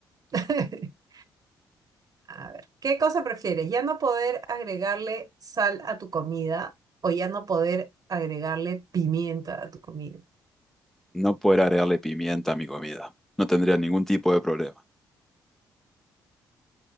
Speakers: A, on the right; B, in the centre.
A: <laughs> A ver, ¿qué cosa prefieres? ¿Ya no poder agregarle sal a tu comida o ya no poder agregarle pimienta a tu comida?
B: No poder agregarle pimienta a mi comida. No tendría ningún tipo de problema.